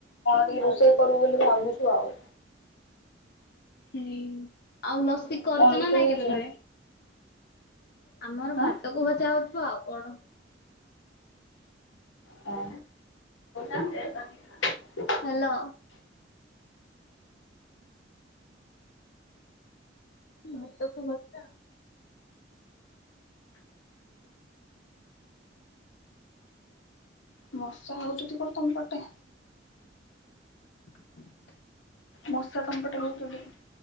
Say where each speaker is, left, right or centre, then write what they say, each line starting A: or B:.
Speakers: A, on the left (about 90°); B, on the left (about 55°).
A: ଏଇ ରୋଷେଇ କରୁ ବୋଲି ଭାବୁଛୁ। ୱା ଓ।
B: ହୁଁ ଆଉ ଲସ ଚି କରୁଛ
A: କଣ ରୋଷେଇ
B: ନା ନାଇଁ
A: ହେଇଛି?
B: କେବେ ଘରେ? ଆମର
A: ଆଁ
B: ଭାତ କୁ ଭଜା ହଉଚି। <unintelligible> ଆଉ କଣ?
A: ହୁଁ <unintelligible>
B: ହ୍ୟାଲୋ। ଭାତ କୁ ଭଜା।
A: ମଶା ହଉଚନ୍ତି କଣ ତମ ପଟେ?
B: <unintelligible>
A: ମଶା ତମ ପଟେ ହଉଚନ୍ତି?